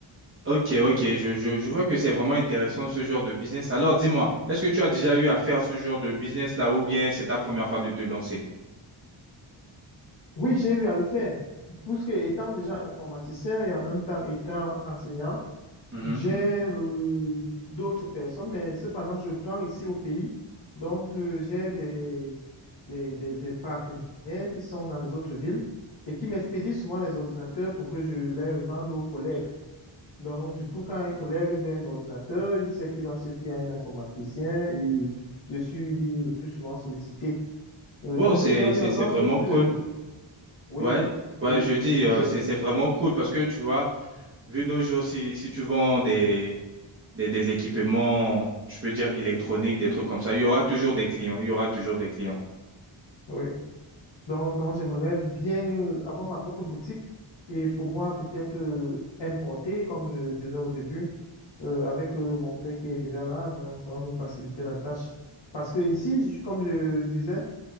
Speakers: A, on the right; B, on the left.
A: Ok, ok, je, je, je vois que c'est vraiment intéressant ce genre de business. Alors dis-moi, est-ce que tu as déjà eu à faire ce genre de business là ou bien c'est ta première fois de te lancer?
B: Oui, j'ai eu à le faire. Puisque étant déjà informaticien et en même temps étant enseignant,
A: Mhm.
B: J'ai euh, d'autres personnes, mais cependant, je prends ici au pays. Donc, euh, j'ai des, des, des, des partenaires qui sont dans les autres villes et qui m'expédient souvent les ordinateurs pour que je les revende aux collègues. Donc, du coup, quand un collègue veut un ordinateur, il sait qu'il doit se fier à un informaticien et dessus, il est le plus souvent sollicité. Euh,
A: Wow,
B: donc,
A: c'est,
B: j'ai déjà eu
A: c'est,
B: à vendre
A: c'est vraiment
B: plus
A: cool.
B: de... Oui,
A: Ouais,
B: oui,
A: ouais, je dis,
B: j'ai...
A: euh, c'est, c'est vraiment cool parce que tu vois, vu nos jours, si, si tu vends des, des, des équipements, je veux dire électroniques, des trucs comme ça, il y aura toujours des clients, il y aura toujours des clients.
B: Oui. Donc, donc j'aimerais bien euh, avoir ma propre boutique et pouvoir peut-être euh, importer, comme je disais au début, euh, avec euh, mon frère qui est déjà là. Donc, ça va me faciliter la tâche. Parce que ici, j- comme je disais